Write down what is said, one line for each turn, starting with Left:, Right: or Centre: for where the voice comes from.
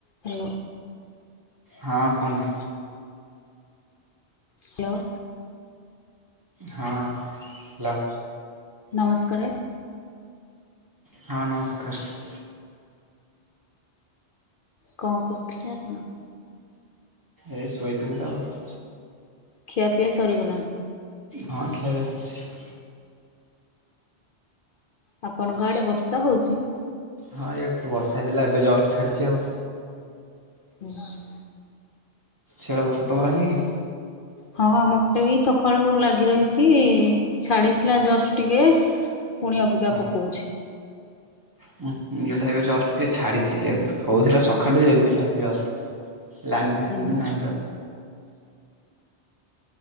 Left: Hello.
Right: ହଁ କୁହନ୍ତୁ।
Left: Hello.
Right: ହଁ ହ୍ୟାଲୋ।
Left: ନମସ୍କାରେ।
Right: ହଁ ନମସ୍କାର।
Left: କଅଁ କରୁଥିଲେ ଆପଣ?
Right: ଏଇ ଶୋଇଥିଲି ତ ଆଉ।
Left: ଖିଆ ପିଆ ସରିଗଲାଣି।
Right: ହଁ ଖିଆ ପିଆ ସରିଚି।
Left: ଆପଣଙ୍କ ଆଡ଼େ ବର୍ଷା ହଉଚି?
Right: ହଁ ଇଆଡ଼େ ତ ବର୍ଷା ହେଇଥିଲା ଏବେ ଜଷ୍ଟ ଛାଡ଼ିଛି ଆଉ।
Left: <inaudible>
Right: ଛିଆଡ଼େ ବର୍ଷ ତମର ହେଇନି କି।
Left: ହଁ ଆମ ପଟେ ବି ସକାଳୁ ଲାଗି ରହିଚି ଛାଡ଼ିଥିଲା ଜଷ୍ଟ ଟିକେ। ପୁଣି ଅବିକା
Right: ହଁ
Left: ପକଉଛି।
Right: <unintelligible> ଏବେ ଜଷ୍ଟ ସିଏ ଛାଡ଼ିଚି ହଉଥିଲା ସକାଳୁ ଏବେ ଛାଡ଼ିଚି ଜଷ୍ଟ। ଲାଇନ୍ ଫାଇନ୍
Left: ହୁଁ
Right: ବି ନାହିଁ ତ।